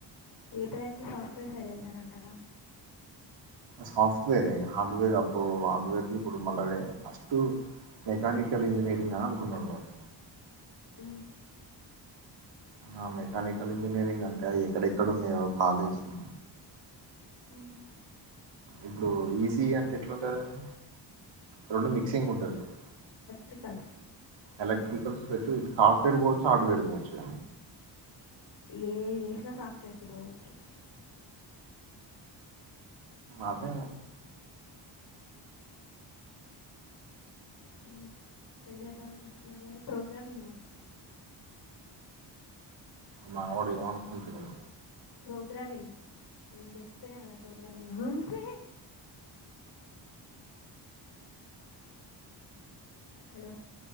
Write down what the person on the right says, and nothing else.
సాఫ్ట్వేరె ఇగ హార్డ్వేర్ అబ్బో హార్డ్వేర్ కి ఇప్పుడు మళ్ళ వె అస్తు మెకానికల్ ఇంజనీరింగ్ ఆ అనుకున్నాడు వాడు.
ఆ మెకానికల్ ఇంజనీరింగ్ అంట. ఎక్కడెక్కడ ఉన్నాయో కాలేజ్ లు
ఇప్పుడు ఈ సీజస్ కి ఎట్లుంటది అది? రొండు మిక్సింగ్ ఉంటది కదా
ఎలక్ట్రికల్స్ పెట్టు ఇటు సాఫ్ట్వేర్ పోవచ్చు, హార్డ్వేర్ పోవచ్చిగ.
అదే
మావోడు ఏమనుకుంటున్నడో